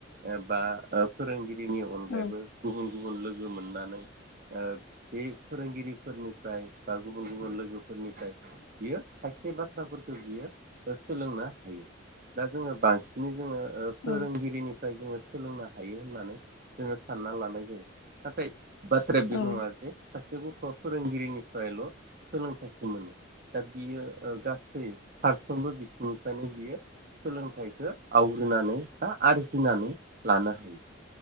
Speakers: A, on the right; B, on the left.
A: ओ बा ओ फोरोंगिरि बिनि अनगायैबो
B: औ
A: गुबुन गुबुन लोगो मोननानै ओ बे फोरोंगिरिफोरनि फ्राय बा गुबुन गुबुन लोगोफोरनिफ्राय बियो खायसे बाथ्राफोरखौ बियो सोलोंनो हायो दा जोङो बांसिनै जोङो ओ फोरोंगिरिनिफ्राय
B: औ
A: जोङो सोलोंनो हायो होननानै जोङो सानना लानाय जायो नाथाय बाथ्राया बे
B: औ उम
A: नङा जे सासे गथ' खौ फोरों गिरिनिफ्रायल' सोलोंथाइखौ मोनो दा बियो ओ गासै फारफ्रोमबो बिथिंनिफ्रायनो बियो सोलोंथाइखो आवग्रिनानै बा आरजिनानै लानो हायो।